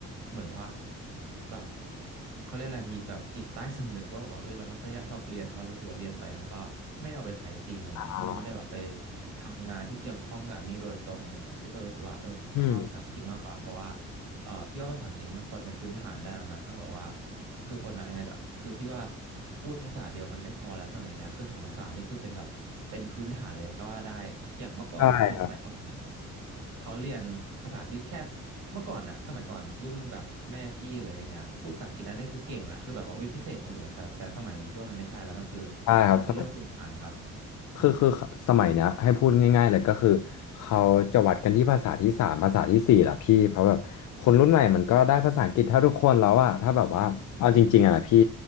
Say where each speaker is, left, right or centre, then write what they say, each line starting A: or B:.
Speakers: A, on the right (about 85°); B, on the left (about 70°).
A: เหมือนว่าแบบเขาเรียกอะไรมีแบบจิตใต้สำนึกว่าแบบว่าเอ้ยเราไม่ค่อยชอบเรียนเพราะรู้สึกว่าเรียนไปมันก็ไม่ได้เอาไปใช้จริงอะไรเงี้ยถ้าเราไม่ได้แบบไป
B: อ่า
A: ทำงานที่เกี่ยวข้องกับนี้โดยตรงอะไรเงี้ยพี่ก็เลยรู้สึกว่าเออชอบภาษาอังกฤษมากกว่าเพราะว่า
B: อืม
A: เอ่อพี่ว่าภาษาอังกฤษเนี่ยมันควรเป็นพื้นฐานได้แล้วนะต้องแบบว่าคือคนอะยังไงก็คือพี่ว่าพูดภาษาเดียวมันไม่พอแล้วสมัยเนี้ยคือสองภาษานี่คือเป็นแบบเป็นพื้นฐานเลยก็ว่าได้อย่างเมื่อก่อนคนสมัยก่อนเนี่ย
B: ใช่ครับ
A: เขาเรียนภาษาที่แค่เมื่อก่อนอะสมัยก่อนรุ่นแบบแม่พี่เลยอย่างเงี้ยพูดภาษาอังกฤษนั่นนี่คือเก่งแหละคือแบบว่าอุ้ยพิเศษกว่าคนอื่นละแต่แต่สมัยนี้พี่ว่ามันไม่ใช่แล้วมันคือ
B: ใช่ครับ
A: มันคือเรื่องพื้นฐานครับ
B: คือคือสมัยเนี้ยให้พูดง่ายๆเลยก็คือเขาจะวัดกันที่ภาษาที่สามภาษาที่สี่ล่ะพี่เพราะแบบคนรุ่นใหม่มันก็ได้ภาษาอังกฤษเท่าทุกคนแล้วอะถ้าแบบว่าเอาจริงๆอะนะพี่